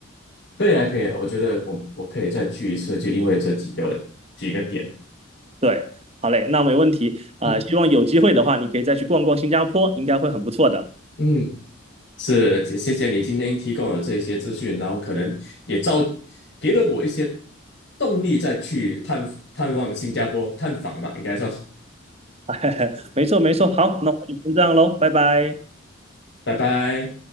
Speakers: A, on the left; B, on the right.
A: 对以啊，可以啊，我觉得我我可以再去一次，就因为这几个几个点。
B: 对，好嘞，那没问题。啊，
A: 嗯
B: 希望有机会的话，你可以再去逛逛新加坡，应该会很不错的。
A: 嗯，是，谢谢谢你今天提供了这些资讯，然后可能也造给了我一些动力再去探探望新加坡探访吧，应该说，
B: <laughs> 没错，没错。好，那我们就先这样喽，拜拜。
A: 拜拜。